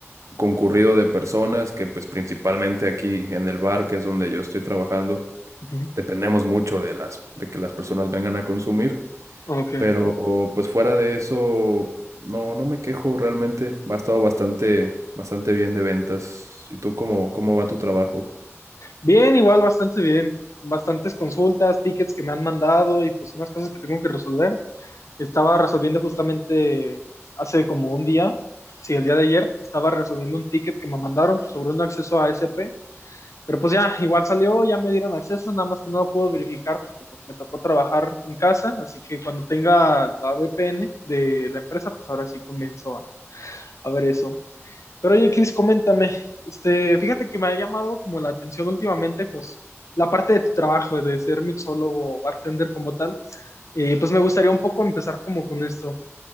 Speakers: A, on the right (about 85°); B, on the left (about 80°).
A: concurrido de personas que pues principalmente aquí en el bar, que es donde yo estoy trabajando,
B: Ujú.
A: dependemos mucho de las de que las personas vengan a consumir,
B: Ok.
A: pero Ujú. pues fuera de eso no no me quejo realmente, ha estado bastante bastante bien de ventas. ¿Y tú cómo cómo va tu trabajo?
B: Bien, igual, bastante bien. Bastantes consultas, tickets que me han mandado y pues unas cosas que tengo que resolver. Estaba resolviendo justamente hace como un día, sí, el día de ayer, estaba resolviendo un ticket que me mandaron sobre un acceso a ASP. Pero pues ya, igual salió, ya me dieron acceso, nada más que no lo puedo verificar porque pues me tocó trabajar en casa, así que cuando tenga la VPN de la empresa, pues ahora sí comienzo a, a ver eso. Pero oye, Cris, coméntame, este, fíjate que me ha llamado como la atención últimamente, pues, la parte de tu trabajo, de ser mixólogo o bartender como tal, y pues me gustaría un poco empezar como con esto.